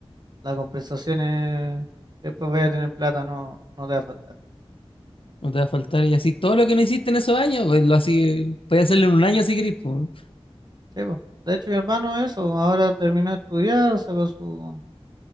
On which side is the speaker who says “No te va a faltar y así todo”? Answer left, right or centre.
Left